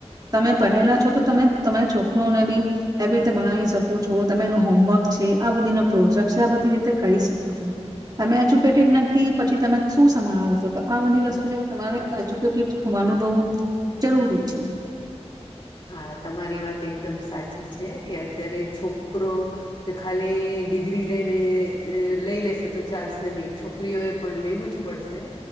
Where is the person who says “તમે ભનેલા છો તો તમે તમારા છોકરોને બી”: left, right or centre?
Right